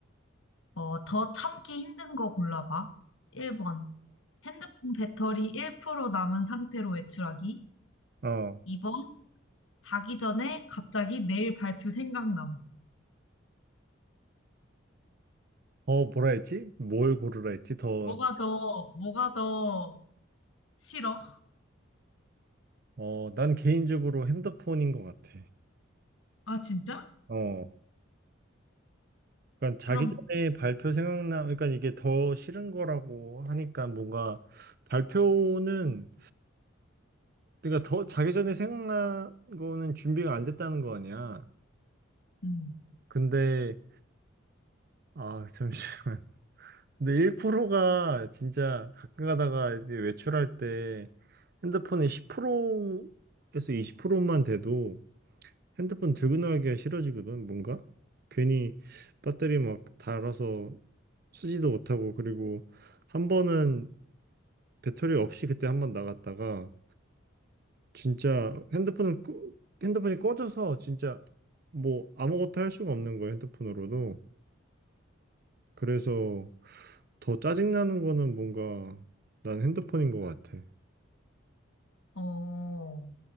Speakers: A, on the left; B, on the right.
A: 어, 더 참기 힘든 거 골라봐. 1번. 핸드폰 배터리 1% 남은 상태로 외출하기.
B: 어.
A: 2번. 자기 전에 갑자기 내일 발표 생각남.
B: 어, 뭐라 했지? 뭘 고르라 했지? 더,
A: 뭐가 더, 뭐가 더 싫어?
B: 어, 난 개인적으로 핸드폰인 것 같아.
A: 아, 진짜?
B: 어. 그러니까
A: 그럼,
B: 자기 전에 발표 생각나, 그러니까 이게 더 싫은 거라고 하니까 뭔가 발표는 그러니까 더 자기 전에 생각난 거는 준비가 안 됐다는 거 아니야.
A: 음,
B: 근데 아 잠시만. <laughs> 근데 1%가 진짜 가끔 가다가 이제 외출할 때 핸드폰이 10%에서 20%만 돼도 핸드폰 들고 나가기가 싫어지거든. 뭔가 괜히 배터리 막 닳아서 쓰지도 못하고 그리고 한 번은 배터리 없이 그때 한 번 나갔다가 진짜 핸드폰은 끄- 핸드폰이 꺼져서 진짜 뭐 아무것도 할 수가 없는 거예요, 핸드폰으로도. 그래서 더 짜증나는 거는 뭔가 난 핸드폰인 것 같아.
A: 어,